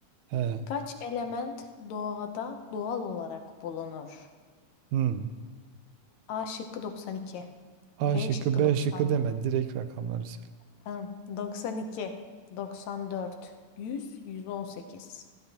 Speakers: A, on the right; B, on the left.
A: He.
B: Kaç element doğada doğal olarak bulunur?
A: Hmm.
B: A şıkkı 92,
A: A
B: B
A: şıkkı
B: şıkkı
A: B
B: 94.
A: şıkkı deme. Direkt rakamları söyle.
B: Tamam doksan iki, doksan dört, yüz, yüz on sekiz.